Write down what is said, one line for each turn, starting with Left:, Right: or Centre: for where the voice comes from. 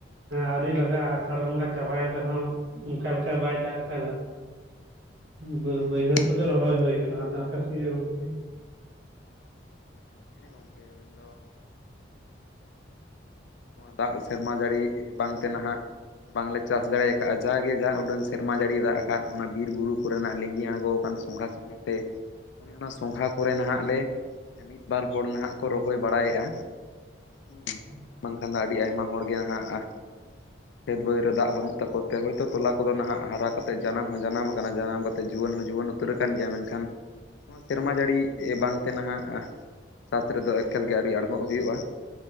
Right: ᱟᱹᱣᱨᱤ ᱞᱟᱜᱟᱜᱼᱟ ᱟᱥᱟᱲ ᱵᱚᱸᱜᱟ ᱪᱟᱵᱟᱭᱮᱱ ᱨᱮᱦᱚᱸ ᱚᱱᱠᱟ ᱞᱮᱠᱟ ᱵᱟᱭ ᱫᱟᱜ ᱟᱠᱟᱫᱟ
Left: ᱦᱩᱸ
Right: ᱵᱟᱹ ᱵᱟᱹᱭᱦᱟᱹᱲ ᱠᱚᱫᱚ ᱨᱚᱦᱚᱭ ᱦᱩᱭ ᱟᱠᱟᱱᱟ ᱟᱫᱚ ᱟᱯᱮ ᱥᱮᱫ ᱜᱮ ᱜᱚᱝᱠᱮ
Left: ᱦᱮᱸ ᱜᱚᱝᱠᱮ ᱢᱮᱱ ᱫᱚ ᱫᱟᱜ ᱥᱮᱨᱢᱟ ᱡᱟᱹᱲᱤ ᱵᱟᱝᱛᱮ ᱱᱟᱦᱟᱜ ᱵᱟᱝᱞᱮ ᱪᱟᱥ ᱫᱟᱲᱮ ᱟᱠᱟᱫᱼᱟ ᱡᱟᱜᱮ ᱡᱟᱦᱟᱸ ᱩᱰᱟᱹᱱ ᱥᱮᱨᱢᱟ ᱡᱟᱹᱲᱤ ᱫᱟᱜ ᱟᱠᱟᱫ ᱚᱱᱟ ᱵᱤᱨ ᱵᱩᱨᱩ ᱠᱚᱨᱮᱱᱟᱜ ᱞᱤᱸᱜᱤ ᱟᱬᱜᱚ ᱯᱟᱱ ᱥᱚᱸᱜᱷᱟ ᱥᱚᱸᱜᱷᱟᱛᱮ ᱩᱱᱤ ᱚᱱᱟ ᱥᱚᱸᱝᱜᱷᱟ ᱠᱚᱨᱮ ᱱᱟᱦᱟᱜ ᱞᱮ ᱢᱤᱫ ᱵᱟᱨ ᱦᱚᱲ ᱱᱟᱦᱟᱜ ᱠᱚ ᱨᱚᱦᱚᱭ ᱵᱟᱲᱟᱭᱮᱫᱼᱟ ᱦᱮ
Right: ᱦᱮᱸ
Left: ᱵᱟᱝᱠᱷᱟᱱ ᱫᱚ ᱟᱹᱰᱤ ᱟᱭᱢᱟ ᱦᱚᱲᱜᱮ ᱱᱟᱦᱟᱜ
Right: <inaudible>
Left: ᱠᱷᱮᱛ ᱵᱟᱹᱫᱽ ᱨᱮ ᱫᱟᱜ ᱵᱟᱹᱱᱩᱜ ᱛᱟᱠᱚᱛᱮ ᱦᱚᱭᱛᱳ ᱛᱚᱞᱟ ᱠᱚᱫᱚ ᱱᱟᱦᱟᱜ ᱦᱟᱨᱟ ᱠᱟᱛᱮᱫ ᱡᱟᱱᱟᱢ ᱦᱚᱸ ᱡᱟᱱᱟᱢ ᱟᱠᱟᱱᱟ ᱡᱟᱱᱟᱢ ᱠᱟᱛᱮ ᱡᱩᱣᱟᱹᱱ ᱦᱚᱸ ᱡᱩᱣᱟᱹᱱ ᱩᱛᱟᱹᱨ ᱟᱠᱟᱱ ᱜᱮᱭᱟ ᱢᱮᱱᱠᱷᱟᱱ ᱱᱚᱣᱟ ᱥᱮᱨᱢᱟ ᱡᱟᱹᱲᱤ ᱵᱟᱝᱛᱮ ᱱᱟᱦᱟᱜ ᱪᱟᱥ ᱨᱮᱫᱚ ᱮᱠᱮᱞ ᱜᱮ ᱟᱹᱣᱨᱤ ᱟᱬᱜᱚᱜ ᱦᱩᱭᱩᱜᱼᱟ